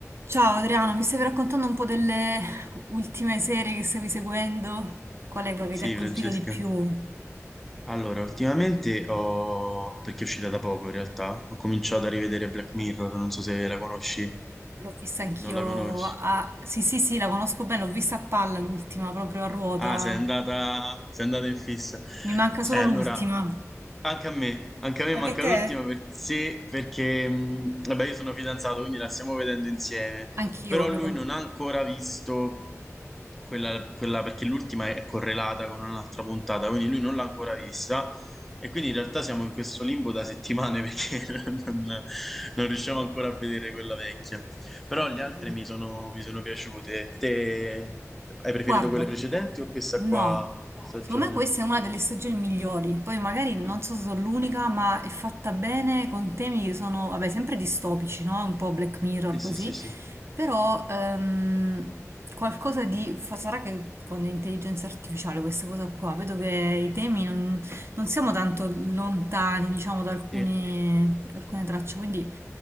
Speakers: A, on the right; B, in the centre.
A: Ciao Adriano, mi stavi raccontando un po' delle ultime serie che stavi seguendo? Qual è quella
B: Sì,
A: che ti ha colpito
B: Francesca.
A: di più?
B: Allora, ultimamente ho, perché è uscita da poco in realtà, ho cominciato a rivedere Black Mirror, non so se la conosci,
A: L'ho vista anch'io
B: non la conosci.
A: a... Sì, sì, sì, la conosco bene, l'ho vista a palla l'ultima, proprio a ruota.
B: Ah, sei andata, sei andata in fissa.
A: Mi manca solo
B: Eh, allora,
A: l'ultima.
B: anche a me, anche a me
A: Anche
B: manca
A: te?
B: l'ultima per- sì, perché, mh, vabbè, io sono fidanzato, quindi la stiamo vedendo insieme,
A: Anch'io,
B: però
A: il
B: lui
A: mio
B: non ha ancora visto quella, quella- perché l'ultima è correlata con un'altra puntata, quindi lui non l'ha ancora vista e quindi in realtà siamo in questo limbo da settimane <laughs> perché non non riusciamo ancora a vedere quella vecchia. Però
A: compagno.
B: le altre mi sono, mi sono piaciute. Te hai preferito
A: Guarda,
B: quelle precedenti o questa
A: no,
B: qua stagione?
A: secondo me questa è una delle stagioni migliori. Poi magari non
B: Mm,
A: so se sono l'unica, ma è fatta bene con temi che sono, vabbè, sempre distopici, no? Un po' Black Mirror
B: Sì, sì,
A: così,
B: sì, sì.
A: però ehm, qualcosa di... fa- Sarà che con l'intelligenza artificiale questa cosa qua, vedo che i temi non, non siamo tanto lontani, diciamo, da alcune,
B: Sì.
A: alcune tracce, quindi